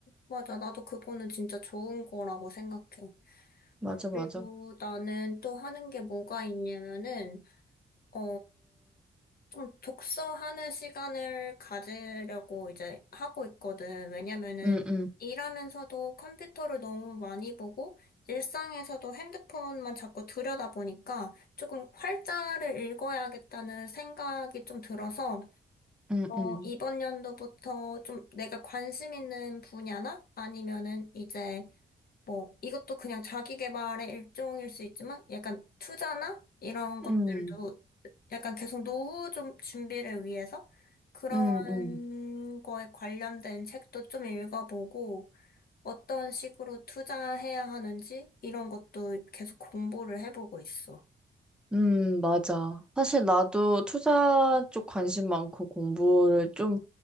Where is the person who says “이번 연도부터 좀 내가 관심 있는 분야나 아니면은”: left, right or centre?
Left